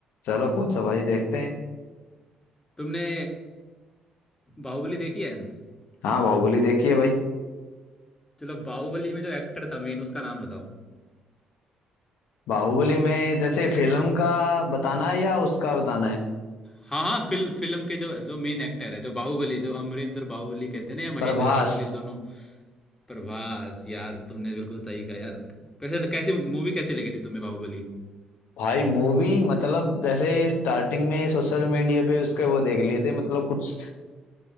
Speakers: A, on the left (about 65°); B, on the left (about 20°).
A: चलो पूछो भाई देखते हैं
B: तुमने बाहुबली देखी है
A: हाँ बाहुबली देखी है भाई
B: चलो बाहुबली में जो एक्टर था मेन उसका नाम बताओ
A: बाहुबली में जैसे फिल्म का बताना है या उसका बताना है
B: हाँ हाँ फिल्म फिल्म के जो जो मेन एक्टर है जो बाहुबली जो अमरेंद्र बाहुबली कहते हैं ना या महेंद्र
A: प्रभास
B: बाहुबली दोनों प्रभास यार तुमने बिल्कुल सही कहा यार कैसे कैसी मूवी कैसी लगी थी तुम्हें बाहुबली
A: भाई मूवी मतलब जैसे स्टार्टिंग में सोशल मीडिया पे उसके वो देख लिए थे मतलब कुछ